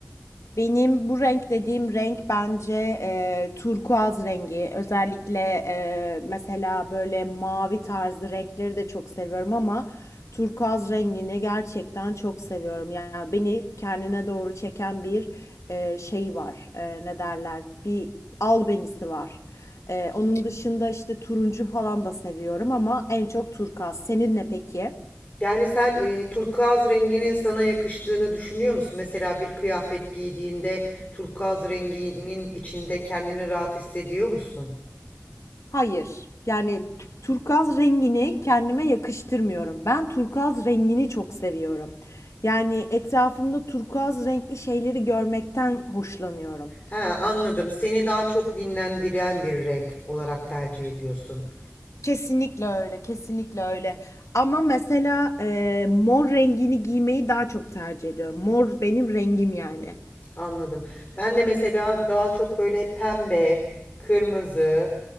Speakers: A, on the left (about 80°); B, on the left (about 30°).
A: Benim bu renk dediğim renk bence e, turkuaz rengi. Özellikle e, mesela böyle mavi tarzı renkleri de çok seviyorum ama turkuaz rengini gerçekten çok seviyorum. Yani beni kendine doğru çeken bir e, şey var. E, ne derler? Bir albenisi var. E, onun dışında işte turuncu falan da seviyorum ama en çok turkuaz. Senin ne peki?
B: Yani sen eee turkuaz renginin sana yakıştığını düşünüyor musun? Mesela bir kıyafet giydiğinde turkuaz renginin içinde kendini rahat hissediyor musun?
A: Hayır. Yani turkuaz rengini kendime yakıştırmıyorum. Ben turkuaz rengini çok seviyorum. Yani etrafımda turkuaz renkli şeyleri görmekten hoşlanıyorum.
B: He, anladım. Seni daha çok dinlendiren bir renk olarak tercih ediyorsun.
A: Kesinlikle öyle, kesinlikle öyle. Ama mesela e, mor rengini giymeyi daha çok tercih ediyorum. Mor benim rengim yani.
B: Anladım. Ben de mesela daha çok böyle pembe, kırmızı,